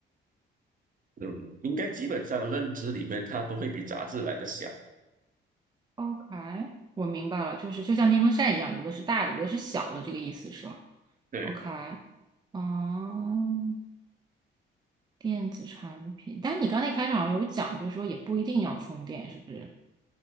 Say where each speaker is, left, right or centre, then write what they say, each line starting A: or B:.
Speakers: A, on the right; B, on the right.
A: 嗯，应该基本上认知里面它都会比杂志来的小，
B: ？OK，我明白了，就是就像电风扇一样，有的是大的，有的是小的，这个意思是吧
A: 对，
B: ？OK，哦电子产品，但是你刚才一开场好像有讲，就是说也不一定要充电，是不是？